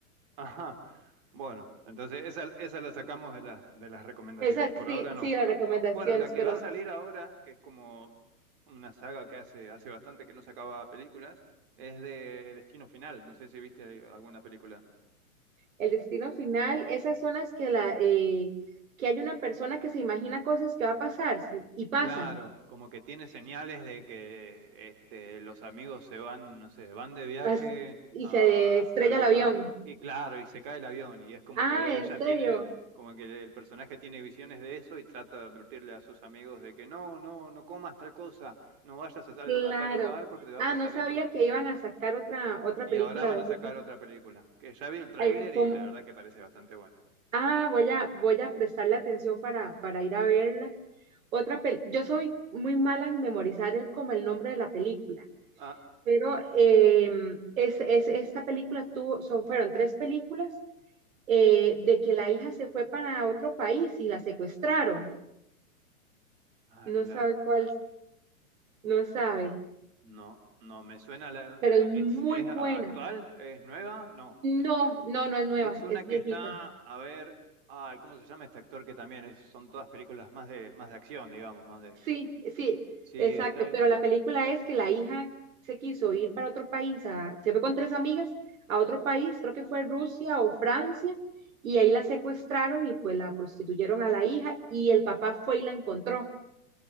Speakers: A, on the right; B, on the right.
A: Ajá. Bueno, entonces esa, esa la sacamos de, la- de las recomendaciones.
B: Esa
A: Por
B: sí,
A: ahora no.
B: sí, las recomendaciones,
A: Bueno, la que
B: pero
A: va a salir ahora, que es como una saga que hace, hace bastante que no sacaba películas, es de Destino Final. No sé si viste alguna película.
B: el destino final, esas son las que la, eh, que hay una persona que se imagina cosas que va a pasar sí, y pasan,
A: Claro, como que tiene señales de que este, los amigos se van, no sé, van de viaje
B: las- y
A: a
B: se estrella
A: tal lugar
B: el avión.
A: y claro, y se cae el avión y es como
B: Ah,
A: que ella
B: ¿en serio?
A: tiene, como que el personaje tiene visiones de eso y trata de advertirle a sus amigos de que no, no, no comas tal cosa, no vayas a tal,
B: Claro.
A: a tal lugar porque te va
B: Ah,
A: a pasar
B: no sabía
A: esto.
B: que iban a sacar otra, otra
A: Y
B: película
A: ahora van
B: de
A: a sacar
B: eso.
A: otra película, que ya vi el tráiler
B: Ay, son,
A: y la verdad que parece bastante buena.
B: Ah, voy a, voy a prestarle atención para, para ir a verla. Otra pel yo soy muy mala en memorizar el- como el nombre de la película,
A: Ah,
B: pero eh, es, es- esta película tuvo, son, fueron tres películas eh, de que la hija se fue para otro país y la secuestraron.
A: ah,
B: No
A: claro.
B: sabe cuál, no sabe,
A: No, no, me suena la... de-
B: pero es
A: ¿Es,
B: muy
A: es actual?
B: buena.
A: ¿Es nueva? No.
B: No, no, no es nueva,
A: Es una
B: es viejita.
A: que está, a ver, ay, ¿cómo se llama este actor que también es- son todas películas más de, más de acción, digamos, más de...
B: Sí, sí,
A: Sí,
B: exacto,
A: está este...
B: pero la película es que la hija se quiso ir para otro país, a- se fue con tres amigas a otro país, creo que fue Rusia o Francia, y ahí la secuestraron y pues la prostituyeron a la hija y el papá fue y la encontró.